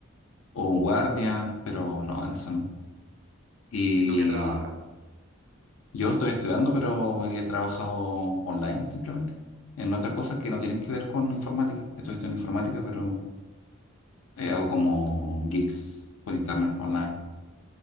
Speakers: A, on the left; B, on the right.
A: O un guardia, pero no, en eso no. Y
B: ¿Y tú en qué trabajas?
A: yo estoy estudiando, pero he trabajado online simplemente. En otras cosas que no tienen que ver con informática. Estoy estudiando informática, pero eh, hago como gigs por internet online.